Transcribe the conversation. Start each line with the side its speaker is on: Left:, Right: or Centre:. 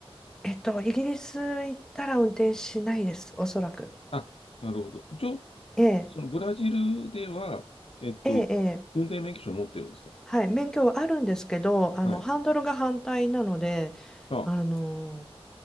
Centre: えっと、イギリス行ったら運転しないです、おそらく。
Left: あ、なるほど。一応、
Centre: ええ、
Left: そのブラジルでは、えっと、
Centre: ええ、ええ
Left: 運転免許証を持ってるんですか
Centre: はい、免許はあるんですけど、あの、
Left: はい。
Centre: ハンドルが反対なので、
Left: あ、
Centre: あの、